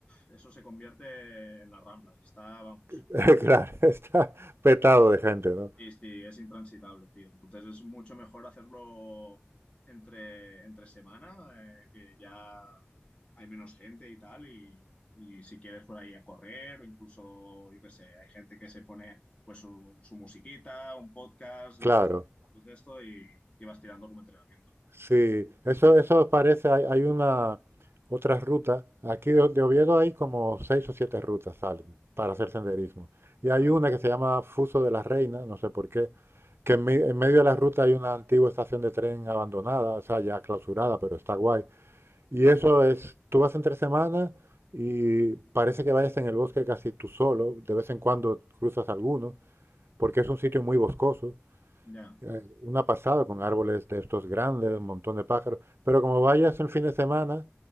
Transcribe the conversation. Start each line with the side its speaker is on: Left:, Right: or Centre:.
Left: Eso se convierte en las ramblas. Está, vamos,
Right: <laughs>
Left: súper.
Right: Claro, está petado de gente, ¿no?
Left: Sí, sí, es intransitable, tío. Entonces es mucho mejor hacerlo entre, entre semana, eh, que ya hay menos gente y tal, y, y si quieres por ahí a correr o incluso, yo qué sé, hay gente que se pone pues su, su musiquita, un podcast, escuchando
Right: Claro,
Left: de esto y, y vas tirando como entrenamiento.
Right: sí. Eso, eso parece, hay, hay una, otra ruta. Aquí de, de Oviedo hay como seis o siete rutas salen para hacer senderismo. Y hay
Left: Ajá.
Right: una que se llama Fuso de la Reina, no sé por qué, que en, me- en medio de la ruta hay una antigua estación de tren abandonada, o sea, ya clausurada, pero está guay. Y eso es, tú vas entre semanas y parece que vayas en el bosque casi tú solo, de vez en cuando cruzas alguno, porque es un sitio muy boscoso,
Left: Ya,
Right: eh, una pasada con árboles de estos grandes, un montón de pájaros, pero como vayas el fin de semana,